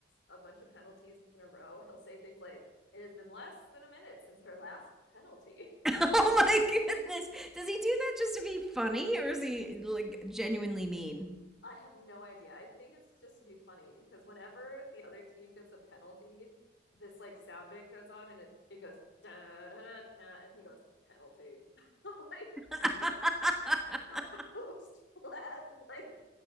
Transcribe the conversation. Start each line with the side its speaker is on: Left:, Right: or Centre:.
Left: a bunch of penalties in a row, he'll say things like, It has been less than a minute since her last penalty.
Centre: <laughs> oh my goodness. Does he do that just to be funny or is he like genuinely mean?
Left: I have no idea. I think it's just to be funny because whenever the other team gets a penalty, this like sound bit goes on and it, it goes da da da da and he goes penalty. <laughs> like
Centre: <laughs>
Left: just the most <laughs> flat, like